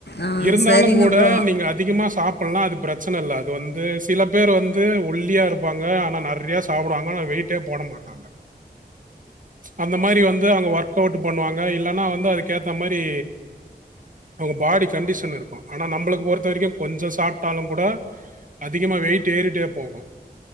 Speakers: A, on the left; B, on the right.
A: ஆ
B: இருந்தாலு
A: சரிங்க
B: கூட
A: ப்ரோ
B: நீங்க அதிகமா சாப் டோனா அது பிரச்சன இல்ல அது வந்து சில பேர் வந்து ஒல்லி ஒல்லியா இருப்பாங்க ஆனா நர்ரையா சாப்புடுவாங்க ஆனா வெயிட்டே போட மாட்டாங்க அந்த மாறி வந்து அவுங்க ஒர்க் அவுட் பண்ணுவாங்க இல்லன்னா வந்து அதுக்கு ஏத்த மாறி அவுங்க பாடி கண்டிஷன் இருக்கு ஆனா நம்பளுக்கு பொறுத்த வரக்கு கொஞ்சோ சாப்புட்டாலு கூட அதிகமா வெயிட் ஏறிட்டே போகு